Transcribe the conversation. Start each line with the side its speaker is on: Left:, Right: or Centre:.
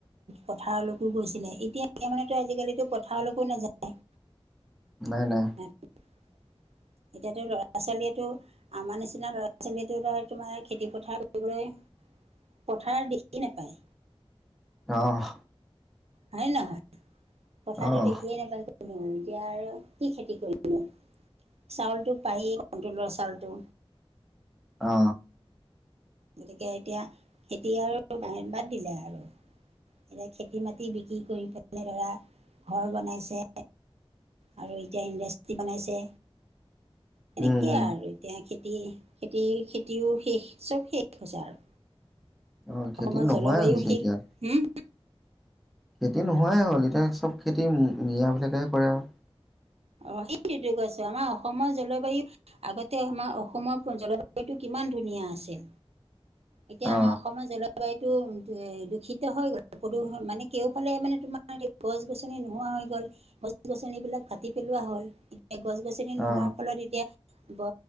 Right: পথাৰলৈকো গৈছিলে এতিয়া মানেতো আজিকালিতো পথাৰলৈকো নাযায়।
Centre: নাই নাই।
Right: <unintelligible> এতিয়াতো ল'ৰা ছোৱালীয়ে টো আমাৰ নিচিনা ল'ৰা ছোৱালীটো তোমাৰ- খেতি পথাৰ কৰিবলৈ, পথাৰ দেখি নাপায়।
Centre: অহ।
Right: হয় নহয়, পথাটো
Centre: আহ
Right: দেখিয়ে নাপালো এতিয়া আৰু কি খেতি কৰিলো। চাউলটো পায়ে কনতলৰটো চাউলটো।
Centre: অ।
Right: গতিকে এতিয়া খেতি আৰু বাত দিলে আৰু। এতিয়া খেতি মাটি বিক্ৰী কৰি পেলনে ধৰা, ঘৰ বনাইছে। আৰু এতিয়া ইণ্ডাষ্ট্ৰ্ৰী বনাইছে, তেনেকে
Centre: উম উম
Right: আৰু। এতিয়া খেতি খেতিৰ খেতিও শেষ চব শেষ হৈছে আৰু।
Centre: অ খেতি
Right: অসমত
Centre: নোহোৱাই
Right: জলবায়ু
Centre: হৈছে
Right: শেষ।
Centre: এতিয়া
Right: হম
Centre: খেতি নোহোৱাই হ'ল এতিয়া চব খেতি মিয়াবিলাকেহে কৰে আৰু।
Right: অ সেইটো ত কৈ আছো আমাৰ অসমৰ জলবায়ু- আগতে আমাৰ অসমৰ জলবায়ুটো কিমান ধুনীয়া আছিল, এতিয়া
Centre: অ
Right: আমাৰ- অসমৰ জলবায়ুটো দূষিত হৈ গ'ল প্ৰদূষ মানে কেউফালে মানে- গছ গছনি নোহোৱা হৈ গ'ল গছ গছনি বিলাক - কাটি পেলোৱা হল, এতিয়া গছ গছনি নোহোৱাৰ
Centre: অ
Right: ফলত এতিয়া- ব